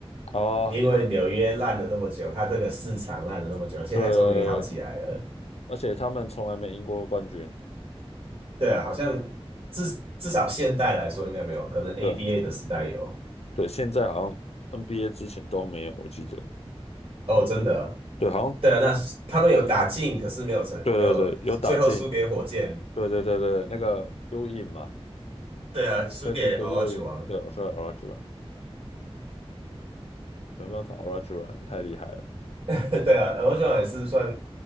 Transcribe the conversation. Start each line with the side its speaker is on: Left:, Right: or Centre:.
Left: 啊。
Right: 因为纽约烂了那么久，
Left: 因为
Right: 他这个市场烂了那么久，现在终于好起来了。
Left: 对，而且他们从来没赢过冠军。
Right: 对啊，好像至至少现代来说应该没有，可能 ABA
Left: 对
Right: 的时代有。
Left: 对，现在好像 NBA 之前都没有，我记得。
Right: 哦，真的，
Left: 对，好像
Right: 对啊，那他们有打进，可是没有成，
Left: 对对对，
Right: 没有最后输给火箭。
Left: 有打进。对对对对对，那个 U in 嘛
Right: 对啊，输给
Left: ，Patrick
Right: o
Left: U
Right: l a j
Left: in，
Right: u w o
Left: 对，我说 Olajuwon，没办法，Olajuwon 太厉害了。
Right: <laughs> 对啊，罗球也是算